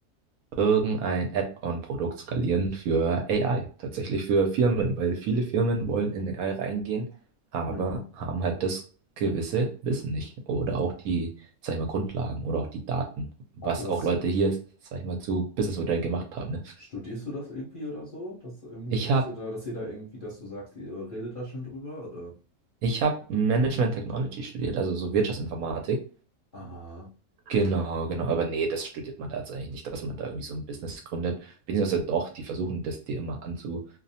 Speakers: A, on the right (about 70°); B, on the left (about 45°).
A: irgendein Add-on-Produkt skalieren für AI, tatsächlich für Firmen, weil viele Firmen wollen in AI reingehen, aber
B: Ja.
A: haben halt das gewisse Wissen nicht oder auch die, sag ich mal, Grundlagen oder auch die Daten, was
B: Hast du das,
A: auch Leute hier, sag ich mal, zu Businessmodellen gemacht haben. Ne?
B: studierst du das irgendwie oder so? Dass irgendwie,
A: Ich
B: dass
A: habe
B: du da, dass ihr da irgendwie, dass du sagst, ihr redet da schon drüber, oder?
A: ich hab Management Technology studiert, also so Wirtschaftsinformatik.
B: Aha.
A: Genau, genau, aber nee, das studiert man da jetzt eigentlich nicht, dass man da irgendwie so ein Business gründet. Beziehungsweise doch, die versuchen das dir immer anzu,